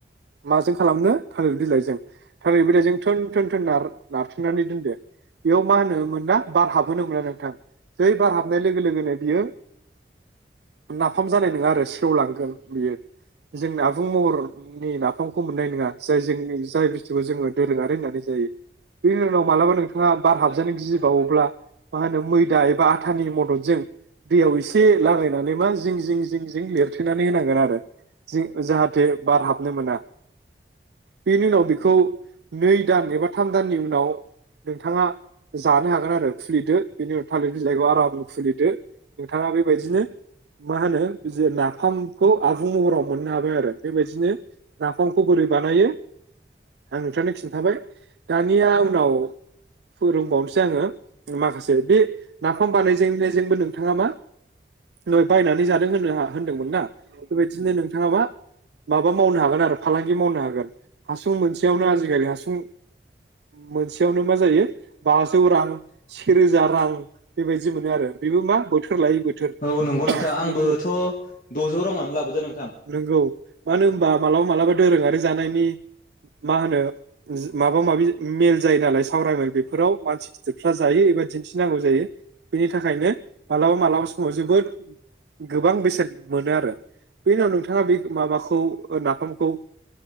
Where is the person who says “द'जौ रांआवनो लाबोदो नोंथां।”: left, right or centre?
Left